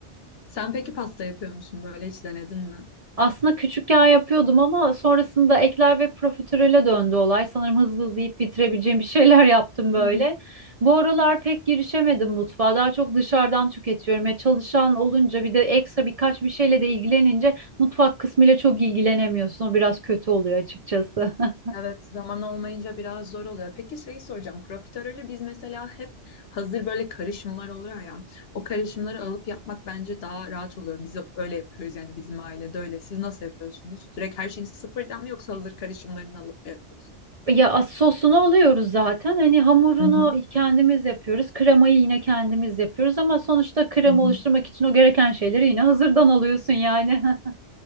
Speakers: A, on the left (about 60°); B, on the right (about 40°).
A: Sen peki pasta yapıyor musun böyle hiç denedin mi?
B: Aslında küçükken yapıyordum ama sonrasında ekler ve profiterole döndü olay. Sanırım hızlı hızlı yiyip bitirebileceğim bir şeyler <laughs> yaptım böyle.
A: <laughs>
B: Bu aralar pek girişemedim mutfağa. Daha çok dışarıdan tüketiyorum. Ya çalışan olunca bir de ekstra birkaç bir şeyle de ilgilenince mutfak kısmıyla çok ilgilenemiyorsun. O biraz kötü oluyor açıkçası. <laughs>
A: Evet, zaman olmayınca biraz zor oluyor. Peki şeyi soracağım. Profiterolü biz mesela hep hazır böyle karışımlar oluyor ya. O karışımları alıp yapmak bence daha rahat oluyor. Biz öyle yapıyoruz yani bizim ailede öyle. Siz nasıl yapıyorsunuz? Direkt her şeyin sıfırdan mı yoksa hazır karışımlarını alıp mı yapıyorsunuz?
B: Ya as- sosunu oluyoruz zaten. Hani hamurunu
A: Hı hı,
B: kendimiz yapıyoruz. Kremayı yine kendimiz yapıyoruz ama sonuçta krema
A: hı hı.
B: oluşturmak için o gereken şeyleri yine hazırdan alıyorsun yani. <laughs>